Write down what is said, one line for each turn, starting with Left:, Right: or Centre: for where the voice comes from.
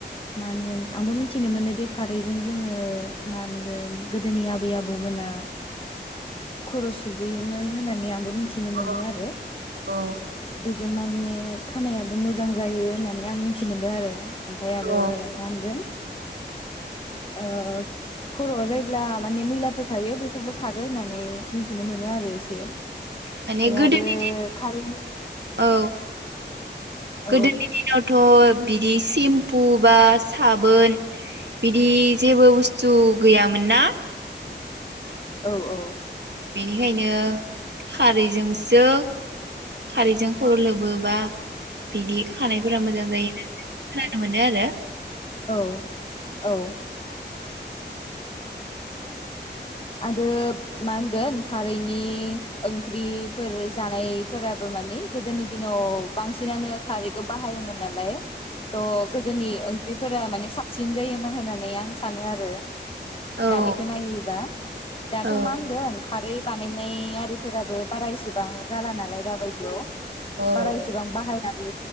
Left: मा होनगोन आंबो मिथिनो मोनो दे खारैजों जोङो मा होनगोन गोदोनि आबै आबौमोना खर' सुबोयो मोन होननानै आं मिथिनो मोनो
Right: अ
Left: आरो।
Right: औ
Left: जों माने खानायाबो मोजां जायो होननानै आं मिथि मोनदों आरो। ओमफ्राय आरो
Right: औ
Left: मा होनगोन ओ खर' आव जायब्ला माने मैलाफोर थायो बेफोरबो खारो होननानै मिथिनो मोनो आरो एसे ओमफ्राय
Right: माने गोदोनि
Left: आरो खारैनि
Right: औ
Left: औ
Right: गोदोनि दिनावथ' ओ बिदि सेम्पु बा साबोन बिदि जेबो बुस्थु गैयामोन ना
Left: औ औ।
Right: बेनिखायनो खारैजोंसो खारैजों खर' लोबोबा बिदि खानायफोरा मोजां जायो होननानै जों खोनानो मोनो आरो।
Left: औ। औ। आरो मा होनगोन खारैनि ओंख्रिफोर जानायफोराबो माने गोदोनि दिनाव बांसिनानो खारैखौ बाहायोमोन नालाय थ' गोदोनि बेफोरो माने साबसिन जायोमोन होननानै आं सानो आरो
Right: औ
Left: दानिखौ नायोबा। दाथ'
Right: औ
Left: मा होनगोन खारै बानायनाय आरिफोराबो बारा इसेबां जाला नालाय दाबायदियाव।
Right: औ
Left: बारा एसेबां बाहाय दाबो